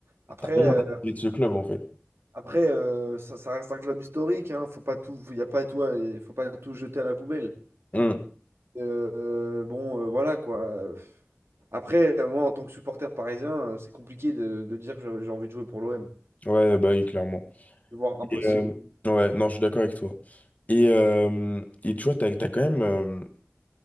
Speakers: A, on the right (about 80°); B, on the left (about 35°).
A: Après,
B: T'as rien
A: euh,
B: retiré de ce club en fait.
A: après euh, ça, ça reste un club historique, hein. Faut pas tout, y a pas tout, à- faut pas tout jeter à la poubelle.
B: Hmm.
A: Euh, euh, bon, euh, voilà quoi. Après, euh, moi, en tant que supporter parisien, euh, c'est compliqué de, de dire que j'ai j'ai envie de jouer pour l'OM.
B: Ouais, bah oui, clairement.
A: C'est Voire impossible.
B: Et, euh, ouais, non, je suis d'accord avec toi. Et, euh, et tu vois, t'as, t'as quand même euh,